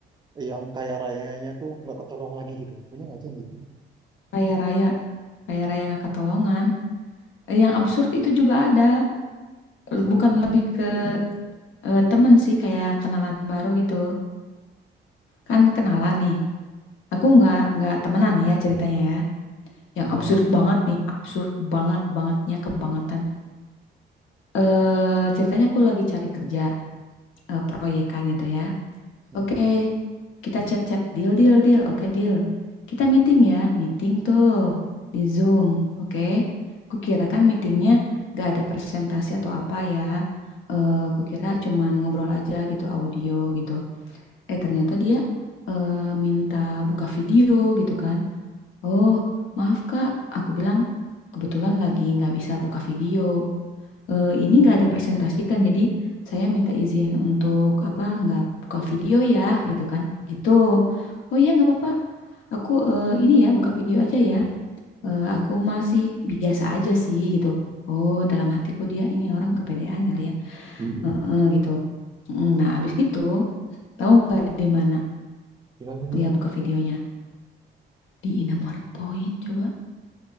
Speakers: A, on the right; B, on the left.
A: yang kaya rayanya tuh nggak ketolong lagi gitu punya nggak cek yang gitu
B: Raya-raya, raya-raya nggak ketolongan. Eh, Yang absurd itu juga ada.
A: kayak
B: L- Bukan
A: gimana
B: lebih
A: tuh
B: ke eh, temen sih, kayak kenalan baru gitu. Kan kenalan nih. Aku nggak nggak temenan nih ya ceritanya ya. Yang
A: iya
B: absurd banget nih, absurd banget bangetnya kebangetan. eh ceritanya aku lagi cari kerja eh, proyekan itu ya.
A: Mm-mm.
B: Oke, kita chat-chat deal deal deal. Oke, deal. Kita meeting ya, meeting tuh di Zoom. Oke. Kukira kan meetingnya gak ada presentasi atau apa ya. Eh kukira cuman ngobrol aja gitu audio gitu. Eh ternyata dia eh, minta buka video gitu kan. Oh, maaf Kak, aku bilang kebetulan lagi nggak bisa buka video eh, ini nggak ada presentasi kan, jadi saya minta izin untuk apa nggak buka video ya gitu kan. Itu, oh iya nggak apa-apa, aku eh, ini ya buka video aja ya. Eh, aku masih biasa aja sih gitu. Oh dalam hatiku dia ini orang kepedean kali ya,
A: Mm-mm.
B: Heeh, gitu. Mm, Nah abis gitu tahu nggak di mana
A: gimana dia
B: dia buka videonya? Di Indomaret Point coba.